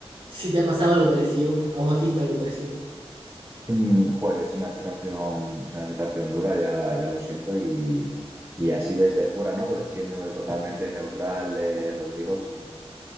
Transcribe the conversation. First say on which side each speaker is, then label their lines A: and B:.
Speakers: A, on the right; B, on the right.
A: si te ha pasado algo parecido? ¿A has visto algo parecido?
B: Mm, Joder, es una situación, es una situación dura, ya, ya lo siento, y, y así desde fuera, ¿no? Pues siendo totalmente neutral, eh, Rodrigo, sin,